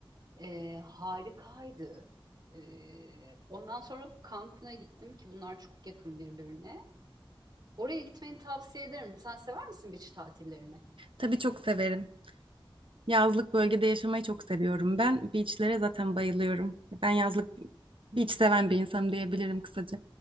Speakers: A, on the right (about 50°); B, on the right (about 70°).
A: Ee, harikaydı. Ee, ondan sonra Cancun'a gittim ki bunlar çok yakın birbirine. Oraya gitmeni tavsiye ederim. Sen sever misin beach tatillerini?
B: Tabii çok severim. Yazlık bölgede yaşamayı çok seviyorum ben. Beachlere zaten bayılıyorum. Ben yazlık beach seven bir insanım diyebilirim kısaca.